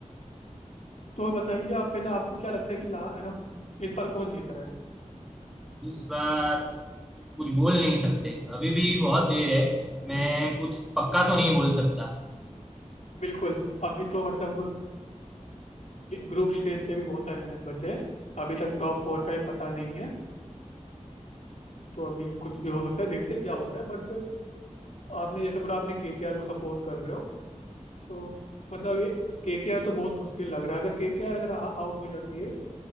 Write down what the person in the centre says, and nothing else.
इस बार कुछ बोल नहीं सकते अभी भी बहुत देर है मैं कुछ पक्का तो नहीं बोल सकता